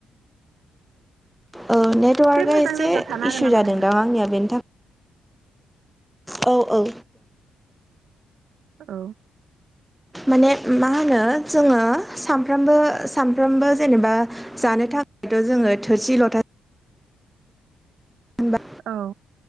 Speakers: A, in the centre; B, on the right.
A: औ नेटवार्कआ
B: मोजां
A: एसे
B: जायगायाव थानो हागोन
A: इसु
B: नामा
A: जादोंदां
B: नोंथां
A: आंनिया बेनि था औ - औ
B: औ
A: माने मा होनो जोङो सामफ्रामबो सानफ्रोमबो जेनेबा जानो था थो जोङो थोरसि लथा होनबा
B: औ